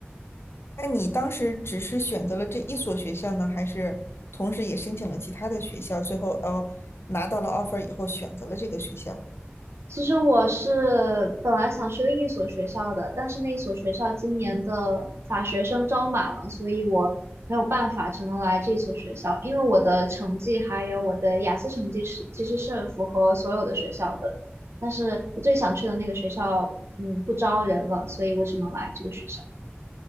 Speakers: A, on the left; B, on the right.
A: 那你当时只是选择了这一所学校呢，还是同时也申请了其他的学校？最后哦，拿到了 offer 以后选择了这个学校。
B: 其实我是本来想去另一所学校的，但是那一所学校今年的法学生招满了，所以我没有办法，只能来这所学校。因为我的成绩还有我的雅思成绩是其实是符合所有的学校的，但是我最想去的那个学校，嗯，不招人了，所以我只能来这个学校。